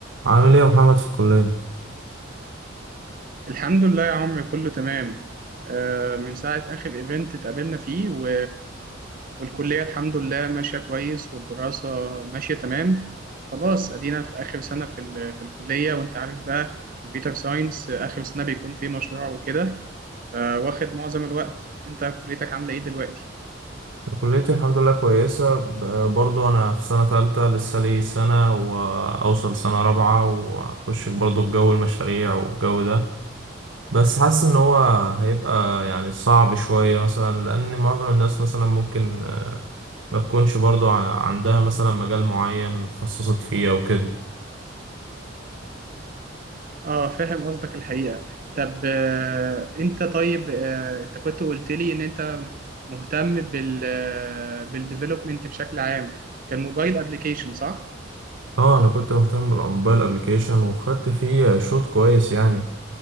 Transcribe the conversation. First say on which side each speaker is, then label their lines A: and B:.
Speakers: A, on the right; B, on the right.
A: عامل ايه يا محمد في الكلية؟
B: الحمد لله يا عمرو كله تمام آه، من ساعة آخر إيفنت اتقابلنا فيه و... والكلية الحمد لله ماشية كويس والدراسة ماشية تمام خلاص أدينا في آخر سنة في, ال... في الكلية وأنت عارف بقى كمبيوتر ساينس آخر سنة بيكون فيه مشروع وكده آه، واخد معظم الوقت أنت كليتك عاملة إيه دلوقتي؟
A: كليتي الحمد لله كويسة ب- برضو أنا في سنة تالتة لسه لي سنة وأوصل سنة رابعة وأخش برضو في جو المشاريع والجو ده بس حاسس إن هو هيبقى يعني صعب شوية مثلا لأن معظم الناس مثلا ممكن آه، ما تكونش برضو ع- عندها مثلا مجال معين اتخصصت فيه أو كده
B: اه فاهم قصدك الحقيقة طب آه انت طيب آه انت كنت قلت لي ان انت مهتم بال آه بالديفلوبمنت بشكل عام كان موبايل ابلكيشن صح؟
A: اه أنا كنت مهتم بالموبايل أبليكيشن وخدت فيه شوط كويس يعني